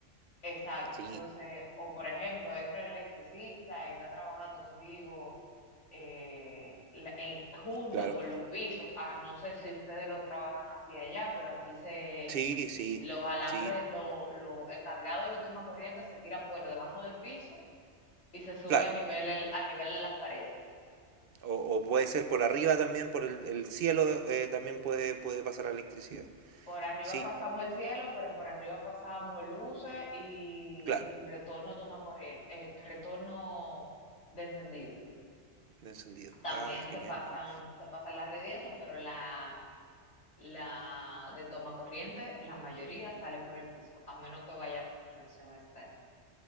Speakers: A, on the left; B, on the right.
A: Exacto,
B: sí,
A: entonces, o por ejemplo, entra el electricista y está trabajando contigo eh, la- en- junto
B: claro.
A: con los pisos. Ah, no sé si ustedes lo trabajan así allá, pero aquí se
B: Sí, sí,
A: los alambres,
B: sí,
A: lo, lo- el cableado de los tomacorrientes se tira por debajo del piso y se sube
B: claro.
A: a nivel el- a nivel de las paredes.
B: O, o puede ser por arriba también, por el, el cielo eh, también puede, puede pasar la electricidad.
A: Por arriba
B: Sí,
A: pasamos el cielo, pero por arriba pasamos luces y,
B: claro,
A: y retorno toma corriente, retorno de encendido.
B: de encendido.
A: también
B: Ah,
A: se
B: genial,
A: pasan,
B: ¿no?
A: se pasan las redes y eso, pero la, la de toma corriente, la mayoría sale por el piso, a menos que vaya por conexión externa.